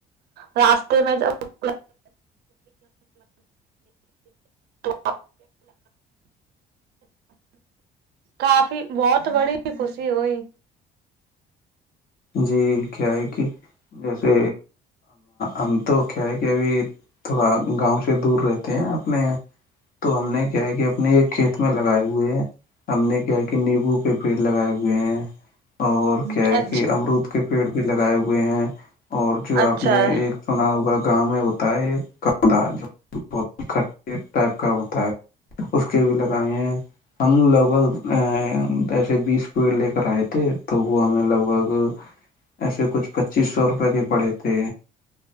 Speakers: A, on the right; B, on the left.
A: راستے میں جب ہاں کافی بہت بڑی خوشی ہوئی
B: جی کیا ہے کہ جیسے ہم تو کیا ہے کہ ابھی تھوڑا گاؤں سے دور رہتے ہیں اپنے تو ہم نے کیا ہے کہ اپنے ایک کھیت میں لگائے ہوئے ہیں ہم نے کیا کہ نیبو کے پیڑ لگائے ہوئے ہیں اور کیا
A: چھا
B: ہے کہ امرود کے پیڑ بھی لگائے ہوئے ہیں اور جو آپ
A: اچھا
B: نے ایک سنا ہوگا گاؤں میں ہوتا ہے ایک کھا بہ ٹائپ کا ہوتا ہے اس کے بھی لگائے ہیں ہم لگ بھگ ا ایسے بیس پیڑ لے کر آئے تھے تو وہ ہمیں لگ بھگ ایسے کچھ پچیس سو روپے کے پڑے تھے